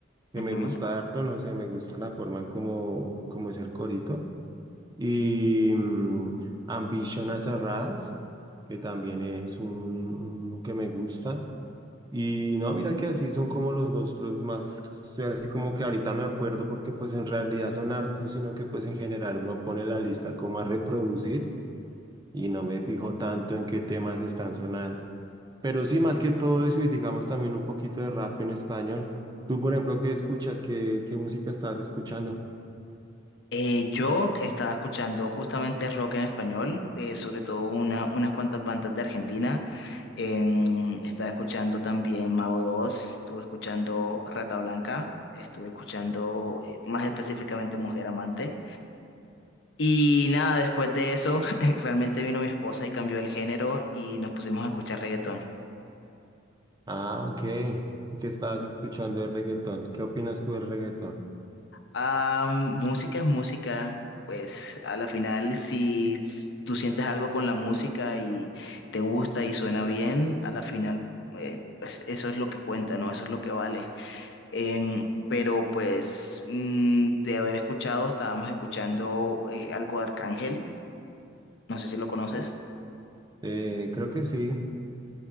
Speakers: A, on the right; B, on the left.
A: que
B: Ujú.
A: me gusta harto, no sé, me gusta la forma en cómo, cómo es el corito. Y mm, Ambition a Cerradas, que también es un, un que me gusta. Y no, mira que así son como los dos, los más, estoy así como que ahorita me acuerdo porque pues en realidad son hartos, sino que pues en general uno pone la lista como a reproducir y no me fijo tanto en qué temas están sonando. Pero sí, más que todo eso y digamos también un poquito de rap en español. Tú, por ejemplo, ¿qué escuchas? ¿Qué, qué música estabas escuchando?
B: Eh, yo estaba escuchando justamente rock en español, eh, sobre todo una, unas cuantas bandas de Argentina. En- estaba escuchando también Mago de Oz, estuve escuchando Rata Blanca, estuve escuchando eh, más específicamente Mujer Amante. Y nada, después de eso, <laughs> realmente vino mi esposa y cambió el género y nos pusimos a escuchar reggaetón.
A: Ah, ok. ¿Y ¿Qué estabas escuchando de reggaetón? ¿Qué opinas tú del reggaetón?
B: Ah, música es música, pues a la final, si s- tú sientes algo con la música y te gusta y suena bien, a la final, eh, pues eso es lo que cuenta, ¿no? Eso es lo que vale. Em, pero pues mm, de haber escuchado, estábamos escuchando eh, algo de Arcángel, no sé si lo conoces.
A: Eh, creo que sí.